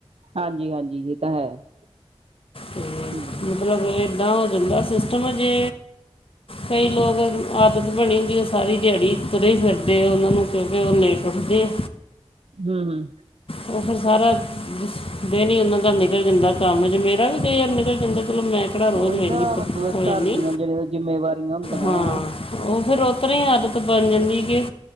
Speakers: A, on the right (about 70°); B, on the left (about 60°).
A: ਹਾਂਜੀ ਹਾਂਜੀ ਇਹ ਤਾਂ ਹੈ।
B: ਤੇ
A: ਠੀਕ।
B: ਮਤਲਬ ਇੱਦਾਂ ਓ ਜਾਂਦਾ ਸਿਸਟਮ ਜੇ ਕਈ ਲੋਕ ਆਦਤ ਬਣੀ ਹੂਈ ਏ ਸਾਰੀ ਦਿਹਾੜੀ ਤੁਰੇ ਫਿਰਦੇ ਉਹਨਾਂ ਨੂੰ ਕਿਉਂਕਿ ਉ ਲੇਟ ਉੱਠਦੇ ਆ।
A: ਹਮ ਹਮ।
B: ਉ ਫਿਰ ਸਾਰਾ ਦਿਨ ਈ ਉਹਨਾਂ ਦਾ ਨਿਕਲ ਜਾਂਦਾ ਕੰਮ ਚ ਮੇਰਾ ਵੀ ਕਈ ਯਾਰ ਨਿਕਲ ਜਾਂਦਾ ਚਲੋ ਮੈਂ ਕਿਹੜਾ ਰੋਜ਼
A: ਉਹੀ
B: ਵੇਲੀ
A: ਨਾ ਮਤਲਬ
B: ਹੋ ਜਾਦੀ
A: ਘਰ ਦੀਆਂ ਜਿਹੜੀਆਂ ਜਿੰਮੇਵਾਰੀਆਂ ਹੁੰਦੀਆਂ
B: ਹਾਂ।
A: ਵਾ ਨਾ
B: ਉਹ ਫੇਰ ਉਸ ਤਰ੍ਹਾਂ ਹੀ ਆਦਤ ਬਣ ਜਾਂਦੀ ਏ ਕੇ